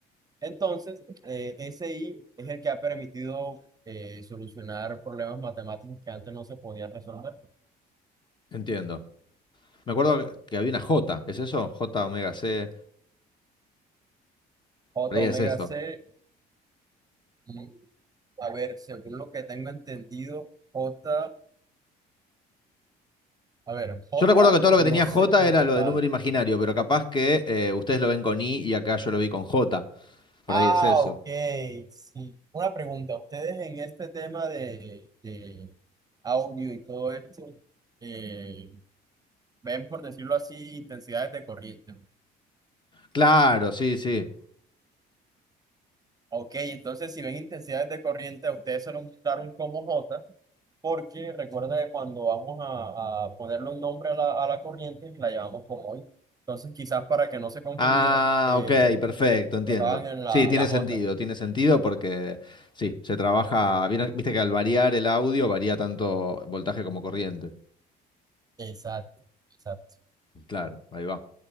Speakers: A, on the right; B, on the left.
A: Entonces, eh, ese i es el que ha permitido eh, solucionar problemas matemáticos que antes no se podían resolver.
B: Entiendo. Me acuerdo que que había una J, ¿es eso? J omega C,
A: J
B: por ahí
A: omega
B: es eso.
A: c, y, a ver, según lo que tengo entendido, J, a ver, J
B: Yo recuerdo que todo lo
A: no
B: que tenía
A: sé
B: J
A: como
B: era lo
A: tal.
B: de número imaginario, pero capaz que eh, ustedes lo ven con I y acá yo lo vi con J. Por
A: Ah,
B: ahí es eso.
A: ok, sí. Una pregunta, ustedes en este tema de, de audio y todo esto, eh, ven, por decirlo así, intensidades de corriente.
B: Claro, sí, sí.
A: Ok, entonces si ven intensidades de corriente, a ustedes se nos gustaron como J, porque recuerda que cuando vamos a, a ponerle un nombre a la, a la corriente, la llamamos como hoy. Entonces quizás para que no se confundieran,
B: Ah,
A: eh,
B: ok, perfecto, entiendo.
A: tocaban en la,
B: Sí, tiene
A: la J.
B: sentido, tiene sentido porque sí, se trabaja, vieron- viste que al variar el audio varía tanto voltaje como corriente.
A: Exacto, exacto.
B: Claro, ahí va.